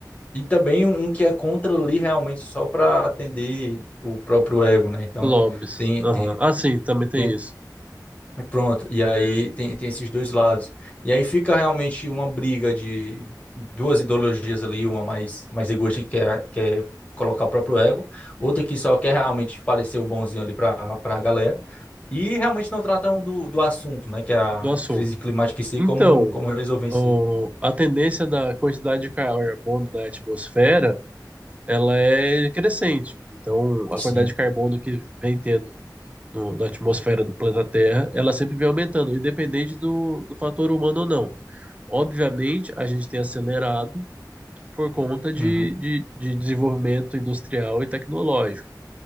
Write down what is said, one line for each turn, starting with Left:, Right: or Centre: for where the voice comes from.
Left: e também um um que é contra ali realmente só para atender o próprio ego, né? Então,
Right: Lobbies.
Left: tem,
Right: aham.
Left: tem,
Right: Ah, sim, também tem
Left: tem
Right: isso,
Left: E pronto. E aí tem, tem esses dois lados. E aí fica realmente uma briga de duas ideologias ali, uma mais, mais egoísta que quer, quer colocar o próprio ego, outra que só quer realmente parecer o bonzinho ali para a galera. E realmente não tratam do, do assunto, né? Que é a
Right: do assunto.
Left: crise climática em si,
Right: Então,
Left: como, como resolver em
Right: o-
Left: si.
Right: a tendência da quantidade de carbono na atmosfera, ela é crescente. Então, a
Left: Sim.
Right: quantidade de carbono que vem tendo no- na atmosfera do planeta Terra, ela sempre vem aumentando, independente do, do fator humano ou não. Obviamente, a gente tem acelerado por conta de,
Left: Uhum.
Right: de, de desenvolvimento industrial e tecnológico.